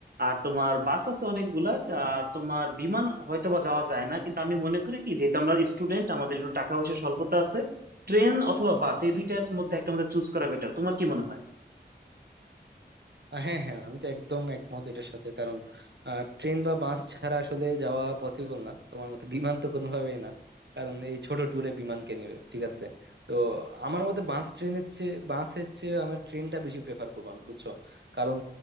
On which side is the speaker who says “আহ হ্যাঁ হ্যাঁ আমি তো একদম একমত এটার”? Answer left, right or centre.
Right